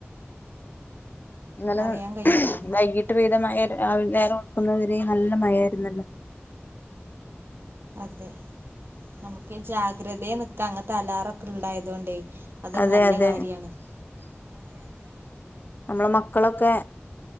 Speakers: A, on the left; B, on the right.
A: ഇന്നലെ
B: അറിയാൻ കഴിയല്ലോ
A: <inaudible> വൈകിട്ട് പെയ്ത മ <unintelligible> രാവിലെ നേരം വെളുക്കുന്ന വരെയും നല്ല മഴയാരുന്നല്ലോ
B: അതെ നമുക്കേ ജാഗ്രതേ നിക്കാം അങ്ങത്തെ അലാറൊക്കെ ഉണ്ടായി തുകൊണ്ടെ അതൊരു
A: അതെ
B: നല്ല
A: അതെ
B: കാര്യാണ് അതെയതെ
A: നമ്മടെ മക്കളൊക്കെ